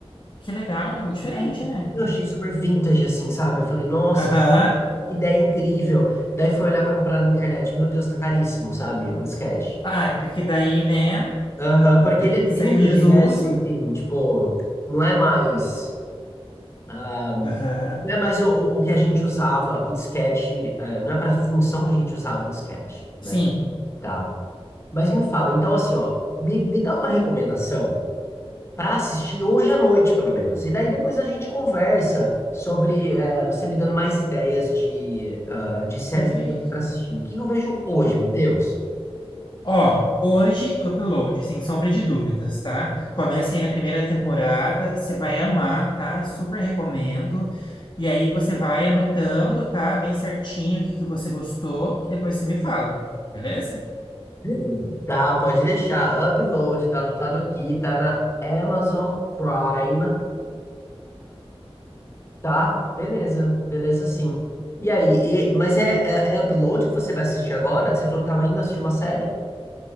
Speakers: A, on the left (about 45°); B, on the left (about 25°).
A: Que legal, é diferente,
B: Ai,
A: né?
B: Eu achei super vintage assim, sabe? Eu falei, nossa,
A: Aham.
B: que ideia incrível. Daí fui olhar para comprar na internet. Meu Deus, tá caríssimo, sabe? O disquete.
A: Ah, porque daí, né?
B: Aham,
A: de-
B: porque ele é vintage,
A: Saiu de desuso.
B: né? Assim, assim, tipo, não é mais ah,
A: Aham.
B: não é mais o, o o que a gente usava, o disquete, eh, não é para função que a gente usava o disquete, né?
A: Sim,
B: Tá. Mas me fala, então assim, ó, me, me dá uma recomendação para assistir hoje à noite, pelo menos. E daí depois a gente conversa sobre eh, você me dando mais ideias de, ah, de séries
A: perfeito.
B: para assistir. O que eu vejo hoje, Matheus?
A: Ó, hoje, upload, sem sombra de dúvidas, tá? Começa aí na primeira temporada, você vai amar, tá? Super recomendo. E aí você vai anotando, tá? Bem certinho o que que você gostou e depois você me fala, beleza?
B: Hum. Tá, pode deixar. Upload, tá anotado aqui, tá na Amazon Prime, tá? Beleza, beleza sim. E aí, e- mas é, é, é Upload que você vai assistir agora? Que você falou que tava indo assistir uma série?